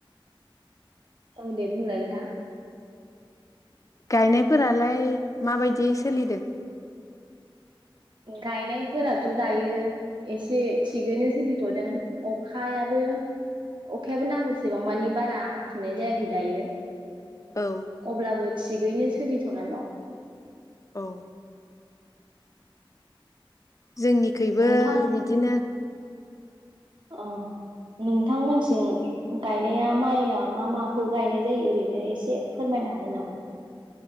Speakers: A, on the right; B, on the left.
A: औ दे बुंलाय नोंथां ।
B: गायनायफोरालाय माबायदि सोलिदों?
A: गायनायफोराथ दायो एसे थिगैनो सोलिथदों अखायाबो अखायाबो नांगौसेबां मानि बारा हाथ'नाय जायाखै दायो।
B: औ
A: अब्लाबो थिगैनो सोलिथना दं।
B: औ जोंनिखबो
A: नोंथां
B: बिदिनो
A: अ नोंथांमोनसि गायनाया माइआ मा माखौ गायनाय जायो ओरैनो एसे फोरमायनो हागोन नामा?